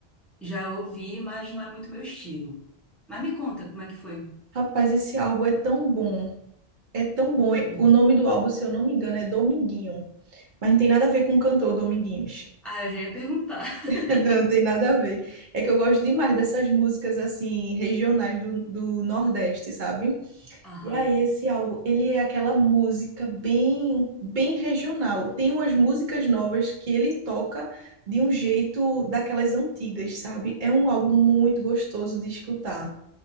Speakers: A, in the centre; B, on the right.
A: Já ouvi, mas não é muito meu estilo. Mas me conta, como é que foi?
B: Rapaz, esse álbum é tão bom. É tão bom. É-
A: Hum.
B: O nome do álbum, se eu não me engano, é Dominguinho. Mas não tem nada a ver com o cantor Dominguinhos.
A: Ah, eu já ia perguntar. <laughs>
B: <laughs> Não tem nada a ver. É que eu gosto demais dessas músicas, assim, regionais do, do Nordeste, sabe?
A: Aham.
B: E aí, esse álbum, ele é aquela música bem, bem regional. Tem umas músicas novas que ele toca de um jeito daquelas antigas, sabe? É um álbum
A: Hum.
B: muito gostoso de escutar.